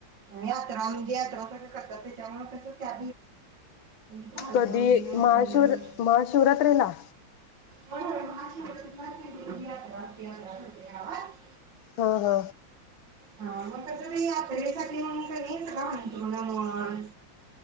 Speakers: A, on the right; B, on the left.
A: यात्रा म्हणजे यात्रा सगळं करतात त्याच्यामु कस त्या झाडून
B: कधी
A: धुणं
B: महाशिर महाशिवरात्रेला
A: होय होय महाशिवरात्र ला च मोठी यात्रा असते, यात्रा भरते गावात.
B: हा हा
A: हा मग कस यात्रेसाठी म्हनून कोणी हंतरुण म्हण